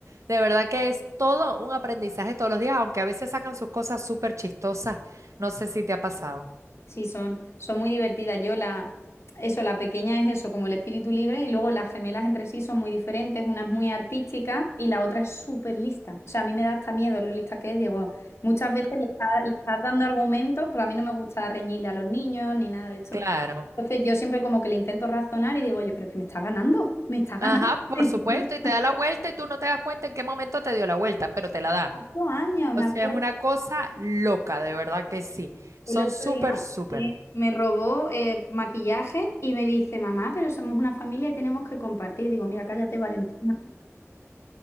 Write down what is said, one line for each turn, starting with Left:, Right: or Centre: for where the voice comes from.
Right: de verdad que es todo un aprendizaje todos los días, aunque a veces sacan sus cosas súper chistosas. No sé si te ha pasado.
Left: Sí, son, son muy divertidas. Yo la, eso, la pequeña es eso, como el espíritu libre, y luego las gemelas entre sí son muy diferentes, una es muy artística y la otra es súper lista. O sea, a mí me da hasta miedo lo lista que es. Digo, muchas veces le está- le estás dando argumentos, pero a mí no me gusta reñirle a los niños ni nada de esto.
Right: Claro.
Left: Entonces yo siempre como que le intento razonar y digo, oye, pero es que me está ganando, me está ganando.
Right: Ajá, por
Left: <laughs>
Right: supuesto, y te da la vuelta y tú no te das cuenta en qué momento te dio la vuelta, pero te la da.
Left: Ocho años,
Right: O
Left: me
Right: sea,
Left: acuerdo.
Right: es una cosa loca, de verdad que sí. Son
Left: El otro
Right: súper,
Left: día
Right: súper.
Left: sí, me robó eh, maquillaje y me dice, mamá, pero somos una familia y tenemos que compartir. Digo, mira, cállate, Valentina.